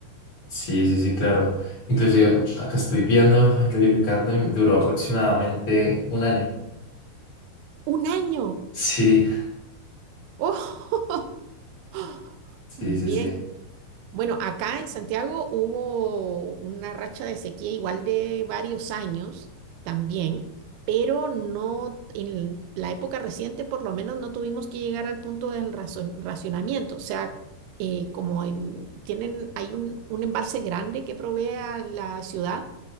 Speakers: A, on the left (about 55°); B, on the right (about 85°).
A: Sí, sí, sí, claro. Inclusive acá estoy viendo, verificando y duró aproximadamente un año.
B: Un año.
A: Sí,
B: Oh, <laughs>
A: sí,
B: bien.
A: sí, sí.
B: Bueno, acá en Santiago hubo una racha de sequía igual de varios años también, pero no en la época reciente por lo menos no tuvimos que llegar al punto del razo- racionamiento. O sea, eh, como en- tienen, hay un, un embalse grande que provee a la ciudad